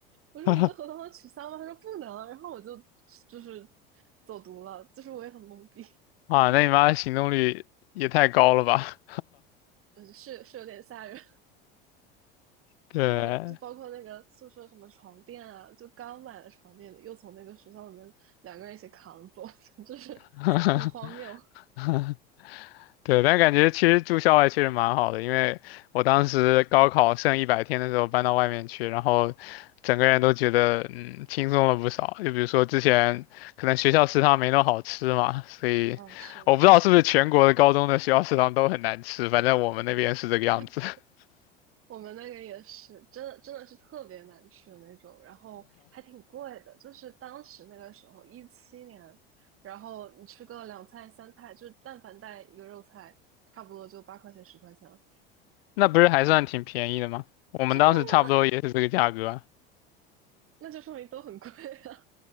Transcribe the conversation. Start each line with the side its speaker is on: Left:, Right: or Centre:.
Right: 我说你这合同能取消吗？
Left: <laughs>
Right: 她说不能。然后我就就是走读了，就是我也很懵逼，
Left: 啊，那你妈行动力也太高了吧？
Right: 嗯，是是有点吓人。
Left: <laughs> 对。
Right: 然后就包括那个宿舍什么床垫啊，就刚买的床垫又从那个学校里面两个人一起扛走，<laughs> 就是很荒谬。
Left: <laughs> <laughs> 对，但感觉其实住校外确实蛮好的，因为我当时高考剩一百天的时候搬到外面去，然后整个人都觉得嗯轻松了不少。就比如说之前可能学校食堂没那么好吃嘛，所以我不知道是不是全国的高中的学校食堂都很难吃，
Right: 嗯，是
Left: 反正我们那边是这个样子。
Right: <laughs>
Left: <laughs>
Right: 我们那个也是，真的真的是特别难吃的那种，然后还挺贵的，就是当时那个时候一七年，然后你吃个两菜三菜，就是但凡带一个肉菜，差不多就八块钱十块钱了。
Left: 那不是还算挺便宜的吗？我们当时差不多也是这个价格啊
Right: 真的吗？<laughs> 那就说明都很贵啊。